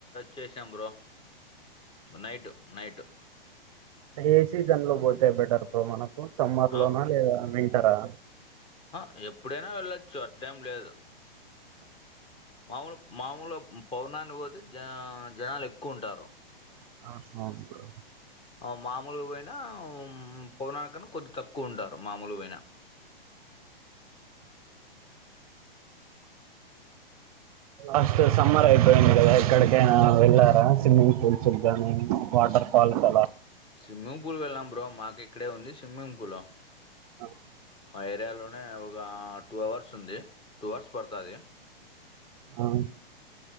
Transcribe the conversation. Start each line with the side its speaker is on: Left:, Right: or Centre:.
Left: చేసాం బ్రో నైటు నైటు
Right: ఏ సిజన్లో బోతే బెటర్ మనకు కు సమ్మర్
Left: ఆ
Right: లోనా లేదా వింటరా
Left: ఆ ఎప్పుడైనా వెళ్ళొచ్చు అట్లెం లేదు మామూలు మామూలు పౌర్ణానికి పోతే జ జనాలు ఎక్కువ ఉంటారు
Right: <unintelligible>
Left: ఆ మామూలుగా పోయిన పౌర్ణాణికన్న కొద్ది తక్కువ ఉంటారు మామూలు పోయిన
Right: అస్ట్ సమ్మర్ అయిపోయింది కదా ఎక్కడికి అయిన వెళ్ళారా స్విమ్మింగ్ పూల్స్ కి గాని వాటర్ ఫాల్స్ అలా
Left: స్విమ్మింగ్ పూల్ వెళ్ళాం బ్రో మాకు ఇక్కడే ఉంది స్విమ్మింగ్ పూలు
Right: అవున
Left: మా ఏరియాలోనే ఒక టూ అవర్స్ ఉంది టూ అవర్స్ పడతాది
Right: అవున్